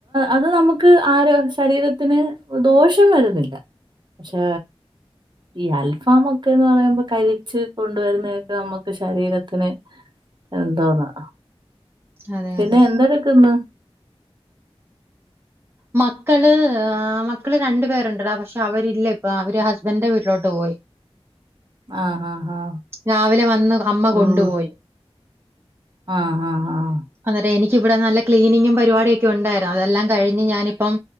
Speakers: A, on the right (about 45°); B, on the right (about 25°).
A: അത് നമുക്ക് ക്ക് ആര ശരീരത്തിന് ദോഷം വരുന്നില്ല പക്ഷെ ഈ അൽഫാം ഒക്കെ എന്ന് പറയുമ്പോ കരിച്ച് കൊണ്ടുവരുന്നതൊക്കെ നമ്മുക്ക് ശരീരത്തിന് എന്തോന്നാ
B: അതെ
A: പിന്നെ
B: അതെ
A: എന്ത്ട്ക്ക്ന്ന്
B: മക്കള് മക്കള് രണ്ടു പേരുണ്ട്ട പക്ഷെ അവരില്ല ഇപ്പൊ അവര് ഹസ്ബൻഡന്റെ വീട്ടിലോട്ട് പോയി
A: ആഹ് ആഹ് ആഹ്
B: രാവിലെ വന്ന് അമ്മ
A: ഉം
B: കൊണ്ടുപോയി
A: ആഹ് ആഹ് ആഹ്
B: അതേ എനിക്കി ഇവിടെ നല്ല ക്ലീനിങ്ങും പരിപാടിയ ഒക്കെ ഉണ്ടായിരുന്നു അതെല്ലാം കഴിഞ് ഞാനിപ്പം